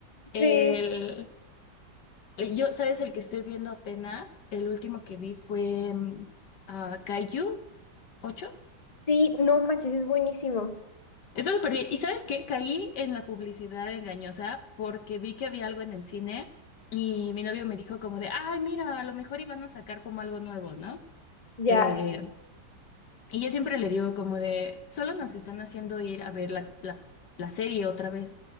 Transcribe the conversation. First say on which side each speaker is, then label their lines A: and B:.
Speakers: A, on the left; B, on the left.
A: El,
B: sí,
A: yo, ¿sabes? El que estoy viendo apenas, el último que vi fue mm, ah, Kaiju 8.
B: sí, no manches, es buenísimo.
A: Está súper bien. ¿Y sabes qué? Caí en la publicidad engañosa porque vi que había algo en el cine y mi novio me dijo como de, ay, mira, a lo mejor iban a sacar como algo nuevo, ¿no?
B: Ya,
A: Eh, y yo siempre le digo como de, solo nos están haciendo ir a ver la, la, la serie otra vez.